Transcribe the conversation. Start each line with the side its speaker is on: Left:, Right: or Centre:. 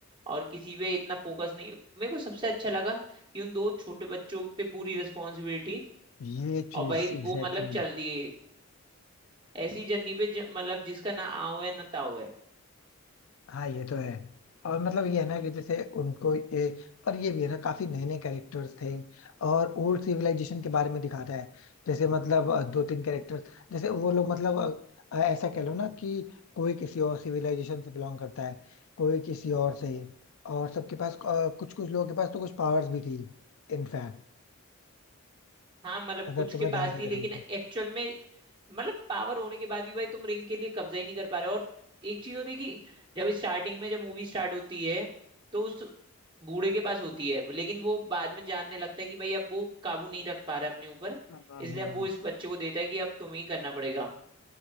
Right: और किसी पे इतना फोकस नहीं मेरे को सबसे अच्छा लगा कि उन दो छोटे बच्चों पे पूरी रिस्पॉन्सिबिलिटी
Left: ये
Right: और
Left: चीज
Right: भाई
Left: एग्जैक्टली
Right: वो मतलब
Left: exactly,
Right: चल दिए ऐसी जर्नी पे ज- मतलब जिसका ना आओ है ना ताओ है
Left: हाँ ये तो है और मतलब ये है ना कि जैसे उनको ये और ये भी है ना काफी नए नए कैरेक्टर्स थे और ओल्ड सिविलाइजेशन के बारे में दिखाता है जैसे मतलब अ, दो तीन कैरेक्टर्स जैसे वो लोग मतलब अ, अ, ऐसा कह लो ना कि कोई किसी और सिविलाइजेशन से बिलोंग करता है कोई किसी और से और सबके पास कुछ कुछ लोगों के पास तो कुछ पावर्स भी थी इनफैक्ट
Right: हाँ मतलब
Left: अगर
Right: कुछ के
Left: तुमने
Right: पास
Left: ध्यान से
Right: थी
Left: देखा
Right: लेकिन
Left: हो तो
Right: एक्चुअल में मतलब पावर होने के बाद भी भाई तुम रिंग के लिए कब्जा ही नहीं कर पा रहे हो। और एक चीज होती है कि जब स्टार्टिंग में जब मूवी स्टार्ट होती है तो उस बूढ़े के पास होती है लेकिन वो बाद में जानने लगता है कि भाई अब वो काबू नहीं रख पा रहा है अपने ऊपर
Left: हाँ हाँ
Right: इसलिए
Left: हाँ
Right: अब वो इस बच्चे को देता है कि अब तुम्हें ही करना पड़ेगा